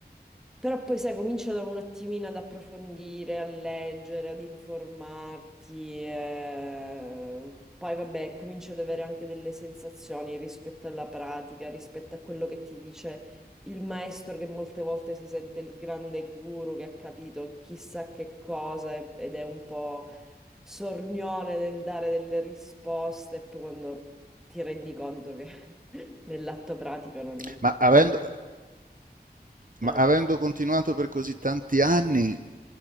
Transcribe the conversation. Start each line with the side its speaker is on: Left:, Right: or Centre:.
Centre: Però poi sai, comincia da un attimino ad approfondire, a leggere, ad informarti, eh, poi vabbè, cominci ad avere anche delle sensazioni rispetto alla pratica, rispetto a quello che ti dice il maestro che molte volte si sente il grande guru che ha capito chissà che cosa e- ed è un po' sornione nel dare delle risposte, poi quando ti rendi conto che <laughs> nell'atto pratico non...
Right: Ma avendo, ma
Centre: eh,
Right: avendo continuato per così tanti anni,